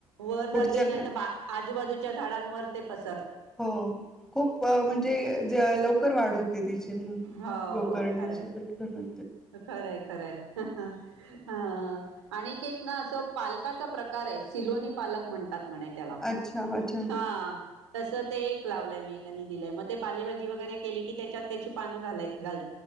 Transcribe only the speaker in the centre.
पुढच्याना
हो खूप म्हणजे लवकर वाढ होते तिची म
गोकरर्ण्याची
पटकरन.
अच्छा अच्छा